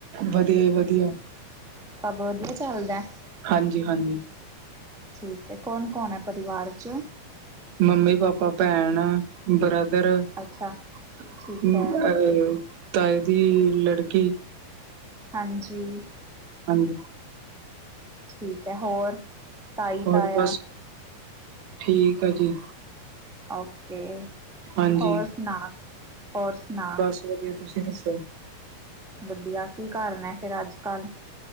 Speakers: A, on the right (about 80°); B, in the centre.
A: ਵਧੀਆ ਹੀ ਵਧੀਆ।
B: ਸਭ ਵਧੀਆ ਚੱਲਦਾ।
A: ਹਾਂਜੀ ਹਾਂਜੀ
B: ਠੀਕ ਹੈ ਕੌਣ ਕੌਣ ਹੈ ਪਰਿਵਾਰ 'ਚ।
A: ਮੰਮੀ ਪਾਪਾ ਭੈਣ ਬ੍ਰਦਰ। ਅਹ
B: ਅੱਛਾ ਠੀਕ ਐ
A: ਤਏ ਦੀ ਲੜਕੀ
B: ਹਾਂਜੀ,
A: ਹਾਂਜੀ
B: ਠੀਕ ਹੈ ਹੋਰ ਤਾਈ
A: ਹੋਰ
B: ਤਾਇਆ
A: ਬਸ ਠੀਕ ਆ ਜੀ।
B: ਓਕੇ
A: ਹਾਂਜੀ
B: ਹੋੋਰ ਸੁਣਾ ਹੋਰ ਸੁਣਾ
A: ਬਸ ਵਧੀਆ ਤੁਸੀਂ ਦੱਸੋ।
B: ਵਧੀਆ ਕੀ ਕਰ ਹੈ ਫੇਿਰ ਅੱਜ ਕੱਲ।